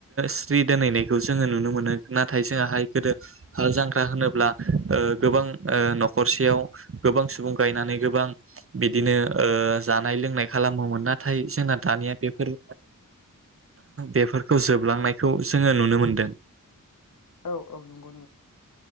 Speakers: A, on the right; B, on the left.
A: स्रि दोनहैनायखौ जोङो नुनो मोनो नाथाय जोंहाय गोदो हाल जांख्रा होनोब्ला ओ गोबां ओ न'खरसेयाव गोबां सुबुं गायनानै गोबां बिदिनो जानाय लोंनाय खालामोमोन नाथाय जोंना दानिया बेफोर बेफोरखौ जोबलांनायखौ जोङो नुनो मोनदों
B: औ औ नंगौ